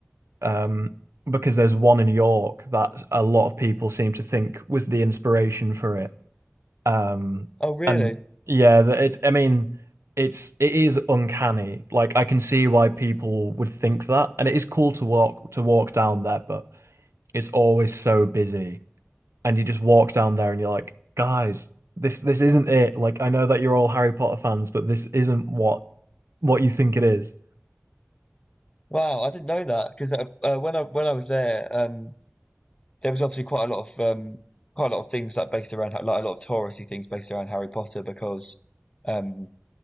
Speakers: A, on the right; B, on the left.
A: um, because there's one in York that a lot of people seem to think was the inspiration for it. Um,
B: Oh, really?
A: and yeah, that it, I mean, it's it is uncanny. Like I can see why people would think that, and it is cool to walk to walk down there, but it's always so busy, and you just walk down there and you're like, guys, this this isn't it. Like I know that you're all Harry Potter fans, but this isn't what what you think it is.
B: Wow, I didn't know that because uh, uh, when I when I was there, um, there was obviously quite a lot of um, quite a lot of things like based around like a lot of touristy things based around Harry Potter because um,